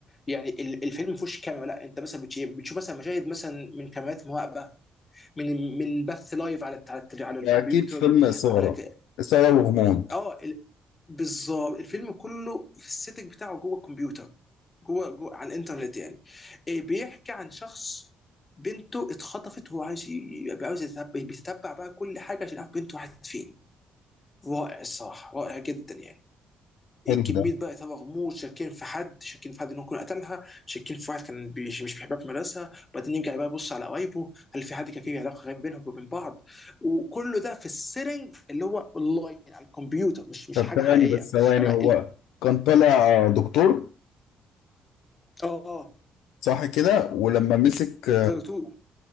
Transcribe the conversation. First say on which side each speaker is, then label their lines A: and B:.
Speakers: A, on the left; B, on the left.
A: يعني ال- الفيلم ما فيهوش كاميرا لا انت مثلا بتشي- بتشوف مثلا مشاهد مثلا من كاميرات مراقبه من من بث لايف على الت- على الت- على الكمبيوتر
B: اكيد فيلم اثاره
A: على ك...
B: اثاره وغموض
A: اه ال- بالظبط الفيلم كله في السيتنج بتاعه جوه الكمبيوتر جوه جوه على الانترنت يعني إيه بيحكي عن شخص بنته اتخطفت وهو عايز ي- عاوز يتبع بيتبع بقى كل حاجه عشان يعرف بنته راحت فين رائع الصراحه رائع جدا يعني
B: حلو
A: كميه
B: ده
A: بقى اثاره غموض شاكين في حد شاكين في حد انه يكون قتلها شاكين في واحد كان بيش مش بيحبها في مدرسه وبعدين يرجع بقى يبص على قرايبه هل في حد كان فيه علاقه غريبه بينهم وبين بعض وكله ده في السيتنج اللي هو اونلاين على الكمبيوتر مش مش
B: طب
A: حاجه
B: ثواني
A: حقيقيه
B: بس ثواني
A: يعني
B: هو
A: ال...
B: كان طالع دكتور
A: اه
B: صح كده ولما مسك
A: فاير 2